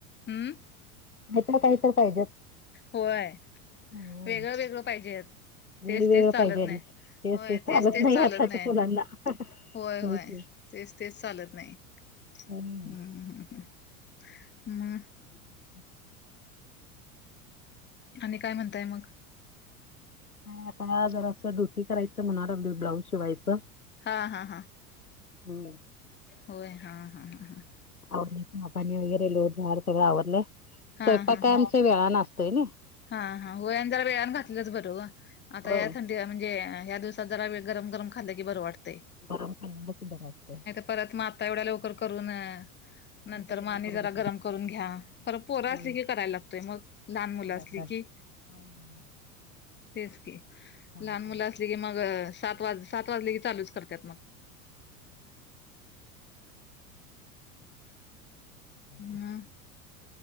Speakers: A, on the left (about 25°); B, on the left (about 80°).
A: हम्म.
B: नाही तर काही तर पाहिजेच.
A: होय
B: हम्म
A: वेगळं वेगळं पाहिजे.
B: वेगवेगळं
A: तेच तेच चालत
B: पाहिजे आणि
A: नाही
B: तेच
A: होय तेच तेच
B: नाही
A: चालत नाही.
B: <unintelligible>
A: होय होय
B: की
A: तेच तेच चालत नाही.
B: ह.
A: हम्म हम् हम् म.
B: हय <inaudible>
A: आणि काय म्हणताय मग?
B: आता जरा असं धोती करायचं म्हणाणार ब्लाऊज शिवायचं.
A: हा हा हा
B: हम्म.
A: होय हा हा हा हा.
B: आव चहा पाणी वगैरे लोटझाड सगळं आवरडलं
A: हा
B: स्वयंपाक
A: हा
B: काय
A: हा
B: आमच्या वेळा न आ सतोय नय.
A: हा हा वयान जरा वेळन घातलंच बर ओ आता
B: होय.
A: या थं डी म्हणजे ह्या दिवसात जरा वे गरम गरम खाल्लं की बरं वाट
B: गरम खा सु बर असतय <unintelligible>
A: परत म आता एवढ्या लवकर करून नंतर
B: गरम
A: म आणि
B: करत
A: जरा
B: बसायचं.
A: गरम करून घ्या खर पोर
B: होय.
A: असली की कराय लागतय मग लहान मुला
B: करायला
A: ठिके
B: लागतं. होय होय
A: तेच की
B: काय
A: लहान
B: करायचं?
A: मुलं असली की मग सात वाज सात वाजले की चालूच करत्यात म.
B: ह
A: मग
B: <inaudible>